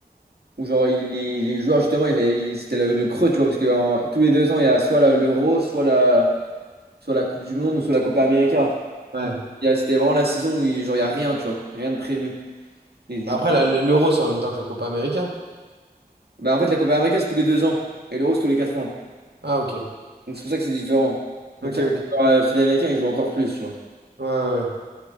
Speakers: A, on the right; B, on the right.
A: où genre, il- les, les joueurs, justement, ils avaient- ils- c'était le, le creux, tu vois, parce que en- tous les deux ans, il y a soit la- l'Euro, soit la, soit la Coupe du Monde, ou soit la Copa América.
B: Ouais.
A: Donc, il y a- c'était vraiment la saison où il, genre, il n'y a rien, tu vois, rien de prévu. Et du
B: Après,
A: coup,
B: la- l'euro, c'est en même temps que la Copa América.
A: bah, en fait, la Copa América, c'est tous les deux ans, et l'Euro, c'est tous les quatre ans.
B: Ah, ok.
A: Donc, c'est pour ça que c'est différent. Donc,
B: Ok,
A: ça,
B: ok.
A: les joueurs, euh, sud-américains, ils jouent encore plus, tu vois.
B: Ouais, ouais. Ouais,